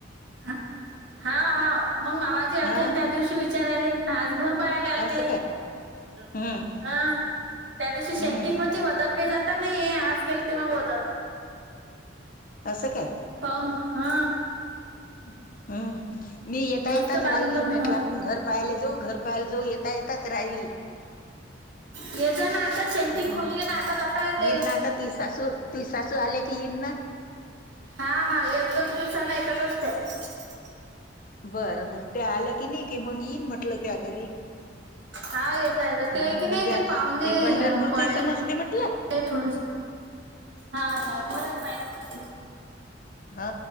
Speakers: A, on the right; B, on the left.
A: हा हा मग मा माझी
B: हा
A: अलतीन त्या दिवशी विचारायले. आज घर पाहायला आल
B: असं
A: ते
B: काय
A: हा
B: हम्म
A: त्या दिवशी शेंटिंग
B: हम्म
A: म वार काही जात. नाही आज गेल ते मग वद
B: अस काय?
A: पाहन हा
B: हम्म मी येता
A: मस्त
B: येताच
A: बांधलं
B: राहिली म्हटलं
A: म्हण
B: आपण घर पायला जाऊ घर पायला जाऊ येता येताच. त राहिली.
A: ये जा ना आता सेंटिंग
B: ह
A: खोलली ना आता जाता येते
B: ये नाता तु सासू तु सासू आले की येईन ना.
A: हा हा एक दोन <unintelligible>
B: बर बर त्या आल्या की नाही कि मग येईन म्हटलं त्या घरी.
A: हा येत येत ते
B: हा
A: आहे
B: म्हणजे
A: की नाही ते पाहुणे
B: हे पंढरपूरचही
A: पडले.
B: समजते म्हटलं
A: ते थोडं हा हा मा.
B: हा